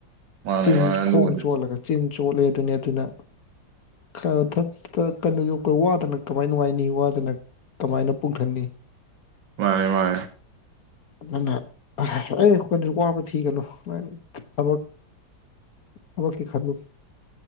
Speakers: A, on the right; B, on the left.
A: ꯃꯥꯅꯦ
B: ꯆꯤꯟ
A: ꯃꯥꯅꯦ ꯑꯗꯨꯕꯨꯗꯤ
B: ꯈꯣꯡ ꯆꯣꯠꯂꯒ ꯆꯤꯟ ꯆꯣꯠꯂꯦ ꯑꯗꯨꯅꯤ ꯑꯗꯨꯅ ꯈꯔ ꯊꯛꯇ ꯀꯩꯅꯣ ꯌ <unintelligible> ꯋꯥꯗꯅ ꯀꯃꯥꯏꯅ ꯅꯨꯡꯉꯥꯏꯅꯤ ꯋꯥꯗꯅ ꯀꯃꯥꯏꯅ ꯄꯨꯛ ꯊꯟꯅꯤ
A: ꯃꯥꯅꯦ ꯃꯥꯅꯦ
B: ꯑꯗꯨꯅ ꯑꯦ <unintelligible> ꯋꯥꯕ ꯊꯤꯒꯅꯨ ꯊꯕꯛ ꯊꯕꯛꯀꯤ ꯈꯜꯂꯨ